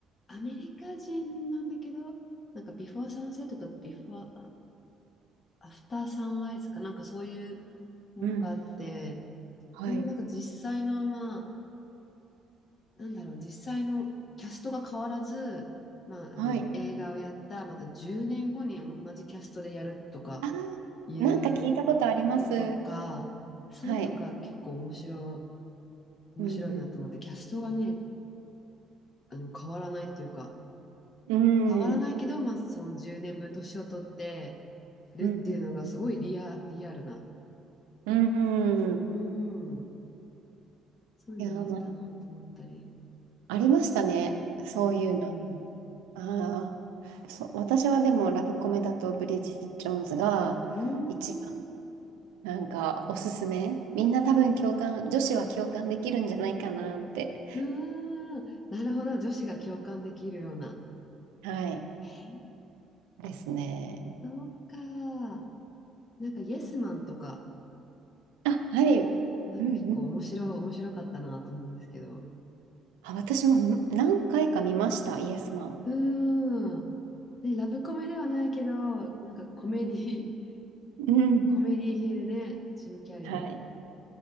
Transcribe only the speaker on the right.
うん。はい。
はい。
あ、
なんか聞いたことあります。
はい。
うん
うん。
うん。
うんうん
うん。うん。
いや、まあ、ありましたね。そういうの。
ああ。そう、私はでもラブコメだとブリジット・ジョーンズが一番
なんかおすすめ。みんな多分共感、女子は共感できるんじゃないかなって。
はい。
ですね。
あ、はい。う
んうん。
あ、私も何回か見ました、イエスマン。
うん。
はい。